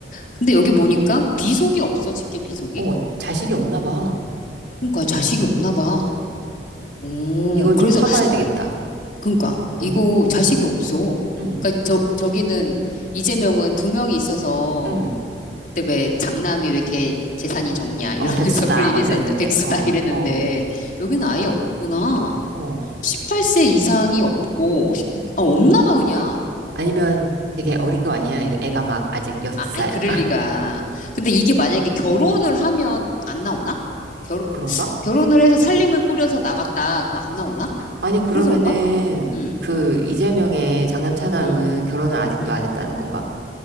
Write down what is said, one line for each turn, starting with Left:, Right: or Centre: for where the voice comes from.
Left: 근데 여기 보니까 비속이 없어, 직계 비속이.
Right: 어, 자식이 없나 봐.
Left: 그러니까 자식이 없나 봐. 오,
Right: 이걸
Left: 그래서
Right: 좀 파봐야 되겠다.
Left: 그러니까 이거
Right: 응,
Left: 자식이 없어.
Right: 응,
Left: 그러니까 저 저기는 이재명은 두 명이 있어서
Right: 응.
Left: 그때 왜 장남이 왜 이렇게 재산이 적냐 이러면서
Right: 어, 백수다.
Left: <laughs> 그런 얘기했었는데
Right: 막 그랬는데,
Left: 백수다
Right: 어,
Left: 이랬는데
Right: 어,
Left: 여기는 아예 없구나.
Right: 어.
Left: 18세 이상이 없고 아, 없나 봐 그냥.
Right: 아니면 되게 어린 거 아니야? 애- 애가 막 아직 여섯
Left: 아,
Right: 살.
Left: 아니 그럴
Right: <laughs>
Left: 리가. 근데 이게 만약에 결혼을 하면 안 나오나? 결
Right: 그런가?
Left: 결혼을 해서 살림을 꾸려서 나갔다. 그럼 안 나오나?
Right: 아니, 그러면은,
Left: 그래서 그런가? 응,
Right: 그, 이재명의 장남 차남은
Left: 응,
Right: 결혼을 아직도
Left: 응.
Right: 안 했다는 건가?